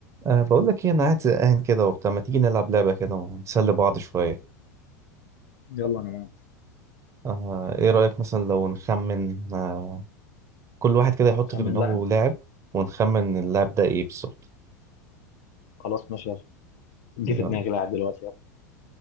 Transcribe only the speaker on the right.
أه بقول لك ايه انا قاعد زهقان كده وبتاع ما تيجي نلعب لعبة كده ونسلي بعض شوية
أه ايه رأيك مثلا لو نخمن أه كل واحد كده يحط
في دماغه
لاعب ونخمن اللاعب ده ايه بالظبط
يلا